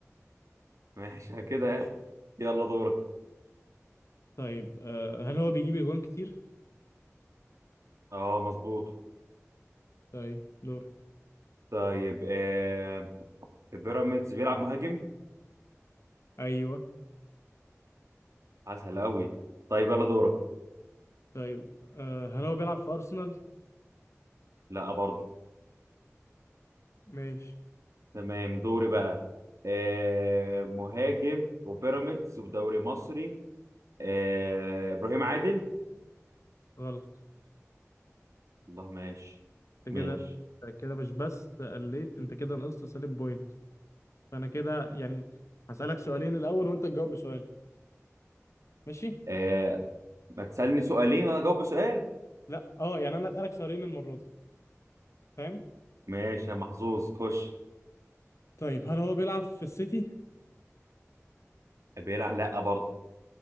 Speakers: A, on the right (about 70°); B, on the left (about 65°).
A: <laughs> ماشي كده يا اخي يلا دورك
B: طيب آه هل هو بيجيب اجوان كتير؟
A: اه مظبوط
B: طيب دورك
A: طيب آه في بيراميدز بيلعب مهاجم
B: ايوه
A: عسل قوي طيب يلا دورك
B: طيب آه هل هو بيلعب في ارسنال؟
A: لا برضه
B: ماشي
A: تمام دوري بقى آه مهاجم وبيراميدز ودوري مصري آه ابراهيم عادل
B: غلط
A: الله ماشي
B: انت
A: ماشي
B: كده أنت كده مش بس قليت انت كده نقصت سالب بوينت فانا كده يعني هسألك سؤالين الاول وانت تجاوب بسؤال ماشي؟
A: آه ما تسألني سؤالين وانا اجاوب بسؤال
B: لا اه يعني انا اسألك سؤالين المرة دي فاهم؟
A: ماشي يا محظوظ خش
B: طيب هل هو بيلعب في السيتي؟
A: بيلعب لا برضه